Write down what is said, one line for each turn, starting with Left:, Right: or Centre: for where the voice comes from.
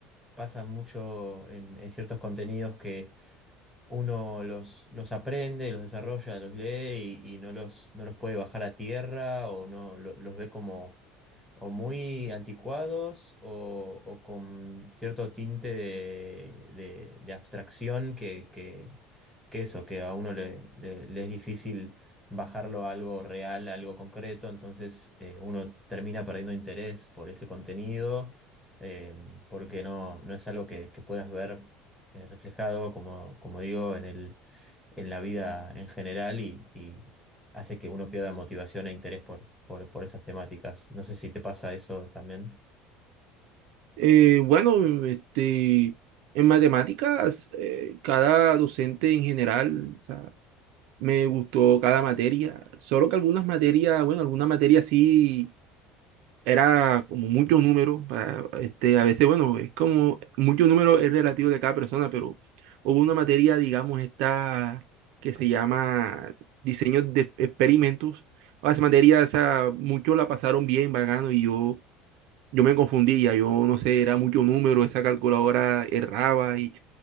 Centre: Pasa mucho en, en ciertos contenidos que uno los, los aprende, los desarrolla, los lee y, y no los, no los puede bajar a tierra o no lo- los ve como o muy anticuados o, o con cierto tinte de, de- de abstracción que, que, que eso, que a uno le, le- le es difícil bajarlo a algo real, a algo concreto, entonces eh, uno termina perdiendo interés por ese contenido. eh, porque no, no es algo que, que puedas ver eh, reflejado, como, como digo, en el, en la vida en general y, y hace que uno pierda motivación e interés por, por, por esas temáticas. No sé si te pasa eso también.
Right: eh, bueno, este, en matemáticas, eh, cada docente en general, o sea, me gustó cada materia, solo que algunas materias, bueno, alguna materia sí era como mucho número, para, este, a veces, bueno, es como mucho número es relativo de cada persona, pero hubo una materia, digamos, esta que se llama diseño de experimentos. O sea, Esa materia, o sea, muchos la pasaron bien, vagando, y yo, yo me confundía, yo no sé, era mucho número, esa calculadora erraba, y,